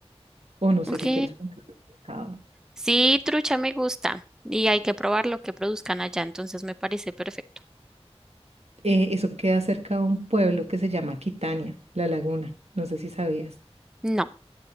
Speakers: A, on the right; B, in the centre.
A: O no sé
B: Ok.
A: si quieres comprar pescado.
B: Sí, trucha me gusta. Y hay que probar lo que produzcan allá, entonces me parece perfecto.
A: Eh, eso queda cerca de un pueblo que se llama Quitania, La Laguna. No sé si sabías.
B: No.